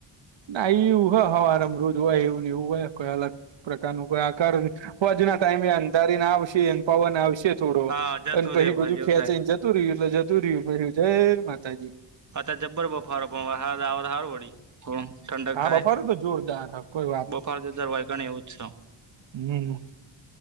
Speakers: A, on the right; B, on the right.
A: ના એ એવું હ હવાર રોજ હોય એવું ને એવું હોય કોઈ અલગ પ્રકાર નુ કોઈ આકાર હોજના ટાઈમે અંધારી ને આવશે પવન આવશે. થોડો
B: હા જતું
A: અને પછી
B: રે ભાઈ
A: બધું
B: એવું
A: ખેંચાઈને
B: થાય
A: જતું રહ્યું એટલે જતું રહ્યું પછ જય માતાજી.
B: અતાર જબ્બર બફારો પણ વરહાદ આવે તો સારું વડી. હમ્મ ઠંડક
A: હા
B: થાય
A: બફારો તો જોરદાર હ કોઈ
B: બફાર તો તર વાયગણ એવું જ છે.
A: હમ્મ